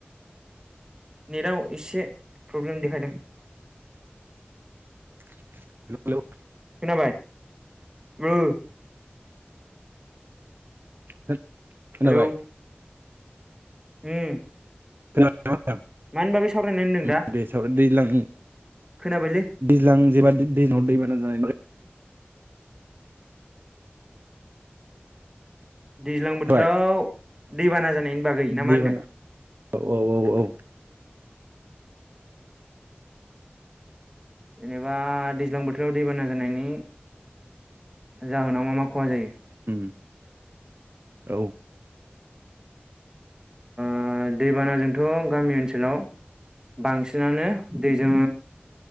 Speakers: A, on the right; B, on the right.
A: नेटआव एसे प्रब्लेम देखायदों
B: <inaudible> हेल'
A: खोनाबाय ओ
B: <unintelligible> खोनाबाय
A: हेलौ उम
B: खोनादों नामा होनदां।
A: मानि बागै सावरायनो होनदों
B: उम
A: दा
B: दे‌ साव दैज्लां
A: खोनाबायलै
B: दैज्लां जेबादि दैज्लाङाव दैबाना जानाय नुबाय
A: दैज्लां बोथोराव
B: जाबाय
A: दैबाना जानायनि बागै ना
B: दैबाना
A: मा होनदों
B: औ औ औ औ
A: जेनेबा दैज्लां बोथोराव दैबाना जानायनि जाहोनाव मा मा खहा जायो?
B: उम औ
A: ओ दैबानाजोंथ' गामि ओनसोलाव बांसिनानो दैजों